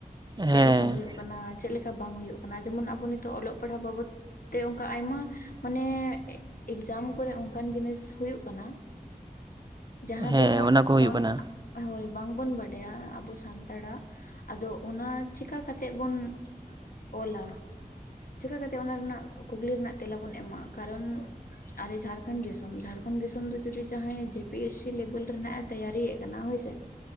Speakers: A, on the right (about 30°); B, on the left (about 70°).
A: ᱦᱮᱸ
B: ᱪᱮᱫᱞᱮᱠᱟ ᱦᱩᱭᱩᱜ ᱠᱟᱱᱟ, ᱪᱮᱫᱞᱮᱠᱟ ᱵᱟᱝ ᱦᱩᱭᱩᱜ ᱠᱟᱱᱟ, ᱡᱮᱢᱚᱱ ᱟᱵᱚ ᱱᱤᱛᱚᱜ ᱚᱞᱚᱜ ᱯᱟᱲᱦᱟᱜ ᱵᱟᱵᱚᱫᱼᱼ ᱛᱮ ᱚᱱᱠᱟ ᱟᱭᱢᱟ ᱢᱟᱱᱮᱻ ᱮᱠᱡᱟᱢ ᱠᱚᱨᱮ ᱚᱱᱠᱟᱱ ᱡᱤᱱᱤᱥ ᱦᱩᱭᱩᱜ ᱠᱟᱱᱟ᱾ ᱡᱟᱦᱟᱸ
A: ᱦᱮᱸ
B: ᱫᱚ ᱦᱟᱸᱜ
A: ᱚᱱᱟ ᱠᱚ ᱦᱩᱭᱩᱜ
B: ᱵᱟᱝᱼᱼ
A: ᱠᱟᱱᱟ
B: ᱦᱳᱭ ᱵᱟᱝᱵᱚᱱ ᱵᱟᱰᱟᱭᱟ ᱟᱵᱚ ᱥᱟᱱᱛᱟᱲᱟᱜ᱾ ᱟᱫᱚ ᱚᱱᱟ ᱪᱤᱠᱟ ᱠᱟᱛᱮᱜ ᱵᱚᱱ ᱚᱞᱟ? ᱪᱤᱠᱟ ᱠᱟᱛᱮᱜ ᱚᱱᱟ ᱨᱮᱱᱟᱜ ᱠᱩᱠᱞᱤ ᱨᱮᱱᱟᱜ ᱛᱮᱞᱟ ᱵᱚᱱ ᱮᱢᱟ ᱠᱟᱨᱚᱱᱼᱼ ᱟᱞᱮ ᱡᱷᱟᱲᱠᱷᱚᱸᱰ ᱫᱤᱥᱚᱢ ᱡᱷᱟᱲᱠᱷᱚᱸᱰ ᱫᱤᱥᱚᱢ ᱫᱚ ᱡᱩᱫᱤ ᱡᱟᱦᱟᱸᱭ ᱡᱮ ᱯᱤ ᱮᱥᱥᱤ ᱞᱮᱵᱮᱞ ᱨᱮᱱᱟᱜ ᱢᱮᱱᱟᱜᱼᱼ ᱛᱮᱭᱟᱨᱤᱭᱮᱫ ᱠᱟᱱᱟ ᱦᱳᱭ ᱥᱮ᱾